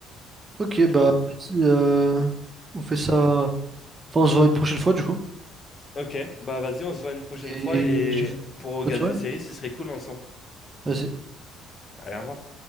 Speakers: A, on the right; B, on the left.
A: ok,
B: tu
A: bah
B: vois
A: vas-y, euh, on fait ça. Enfin, on se voit une prochaine fois du coup.
B: Ok, bah vas-y, on se voit une prochaine
A: Et
B: fois et
A: je te dis
B: pour regarder
A: bonne soirée.
B: une série, ce serait cool ensemble.
A: Vas-y.
B: Allez, au revoir.